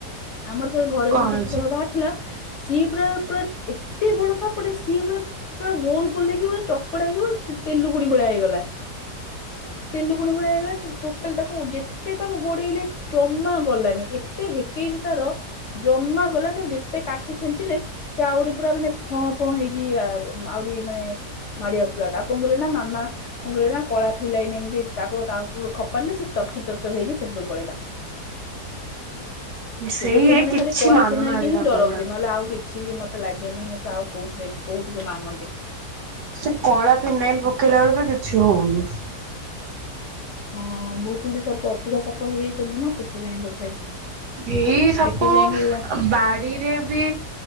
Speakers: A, on the left; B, on the right.
A: ଆମର ଥରେ ଘରେ
B: କଣ
A: ଗୋଟେ ଚିିତି
B: ହେଇଛି
A: ସାପ ବାହାରିଥିଲା। ସିଏ ପୁରା ପୁରା ଏତେ ବଡ ସାପଟେ, ସିଏ ପୁରା ପୁରା ଗୋଲ ଗୋଲ ହେଇକି ପୁରା ଚକଡାକି ଭା ତେଲୁ ଗୁଣି ଭଳିଆ ହେଇଗଲା, ତେଲୁ ଗୁଣି ଭଳିଆ ହେଇଗଲା, ଟୋଟାଲ ତାକୁ ଯେତେ ତାକୁ ଗୋଡେଇଲେ ଜମା ଗଲାନି, ଏତେ ହେକେଇକି ତାର ଜମା ଗଲାନି ଯେତେ କାଠି ଖେଞ୍ଚିଲେ ସେ ଆହୁରି ପୁରା ମାନେ ଫଁ ଫଁ ହେଇକି ଆହୁରି ମାନେ, ମାଡି ଆସୁଥିଲା, ତାକୁ କଣ କହିଲେ ନା ମାମା କଣ କହିଲେ ନା, କଳା ଫିଲାଇନି ଏମିତି ତାକୁ ତା ଉପରକୁ ଖପାରିଲେ, ସେତ ତର ତର ହେଇକି ସେପଟକୁ ପଳେଇଲା
B: ସେଇ
A: ତବେ ସେମାନେ
B: ଏ କିଛି
A: ଖାଲି କଳା
B: ମାନୁନାହାନ୍ତି
A: ଫିନାଇଲ କି ହିଁ
B: ସାପ
A: ଡରନ୍ତି
B: ଗୁଡା।
A: ନହେଲେ ଆଉ କିଛି କି ମତେ ମତେ ଲାଗେନି, ସେ ଆଉ କୋଉଥିରେ କୋଉଠି କି ମାନନ୍ତି।
B: ସେ କଳା ଫିନାଇଲ ପକେଇଲା ବେଳେ ବି କିଛି ହଉନି।
A: ହଁ ବହୁତ ଗୁଡେ ସାପ ଅଧିକା ସାପ ହେଇଯାଇଛନ୍ତି ନା, ସେଥିପାଇଁ ବୋଧେ
B: ଏଇ ସାପ
A: ଦେଖି ଯାଇକି
B: ବାଡିରେ ବି